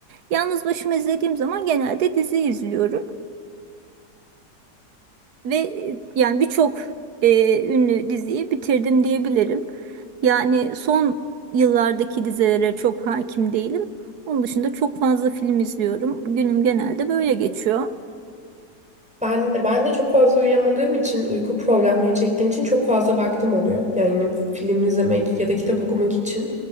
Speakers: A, on the right (about 70°); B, in the centre.
A: Yalnız başıma izlediğim zaman genelde dizi izliyorum. Ve e, yani birçok e, ünlü diziyi bitirdim diyebilirim. Yani son yıllardaki dizilere çok hakim değilim. Onun dışında çok fazla film izliyorum. Günüm genelde böyle geçiyor.
B: Ben de, ben de çok fazla uyuyamadığım için, uyku problemleri çektiğim için çok fazla vaktim oluyor. Yani film izlemek ya da kitap okumak için.